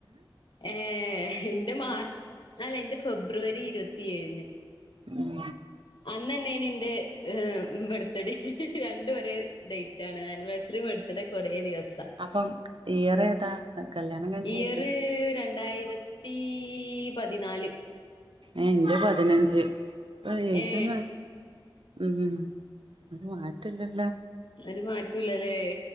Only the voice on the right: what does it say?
ഉം
അപ്പം ഇയറേതാ ആ കല്യാണം കഴിഞ്ഞേ
ഏഹ് ഇന്റെ പതിനഞ്ച് <unintelligible>
ഉം അത് മാറ്റല്ലല്ലോ